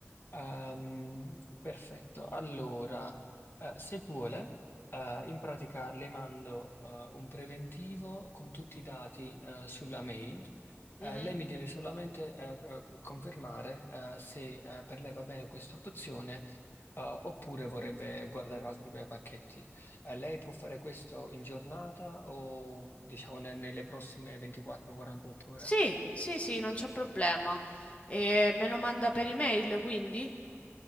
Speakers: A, on the left; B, on the left.
A: Ehm, perfetto, allora, eh, se vuole, eh, in pratica le mando eh, un preventivo con tutti i dati eh, sulla mail.
B: Mhm.
A: Eh, lei mi deve solamente eh, c- confermare eh, se eh, per lei va bene questa opzione eh, oppure vorrebbe guardare altri bei pacchetti. Eh, lei può fare questo in giornata o diciamo ne- nelle prossime 24-48 ore?
B: Sì, sì, sì, non c'è problema. E me lo manda per email, quindi?